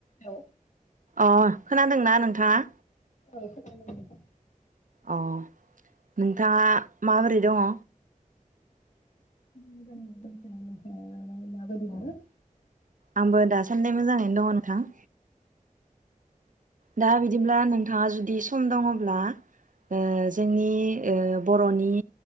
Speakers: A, on the left (about 60°); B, on the right (about 65°).
A: औ।
B: अ' खोनादोंना नोंथाङा?
A: ओं खोनादों <unintelligible>
B: अ' नोंथाङा माबोरै दङो?
A: मोजांयैनो दं थयो नोंथाङालाय मा बादि दङो?
B: आंबो दासान्दि मोजाङैनो दङो नोंथां। दा बिदिब्ला नोंथाङा जुदि सम दङब्ला ओ जोंनि ओ बर'नि